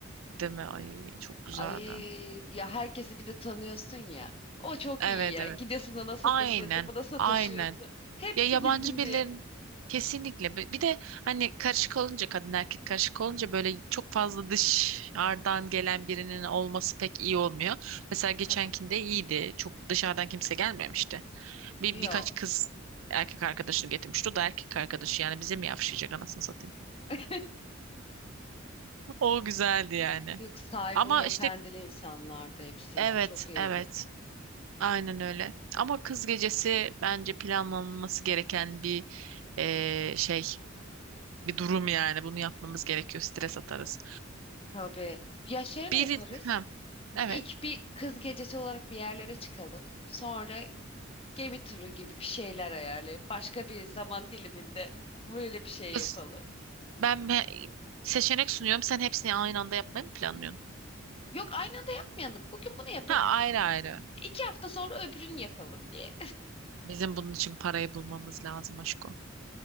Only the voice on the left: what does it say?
Ay ya herkesi bir de tanıyorsun ya. O çok
iyi ya.
Gidiyorsun ona sataşıyorsun,
buna sataşıyorsun.
Hepsi
bizim
diye.
Tabii.
Yok.
<laughs>
Yok saygılı,
efendili
insanlardı hepsi
ya. Çok iyiydi.
Tabii. Ya şöyle
yaparız.
İlk bir kız gecesi olarak bir yerlere çıkalım. Sonra gemi turu gibi bir şeyler ayarlayıp başka bir zaman diliminde böyle bir şey
yapalım.
Yok aynı anda yapmayalım. Bugün bunu yapalım.
İki hafta sonra öbürünü yapalım diye.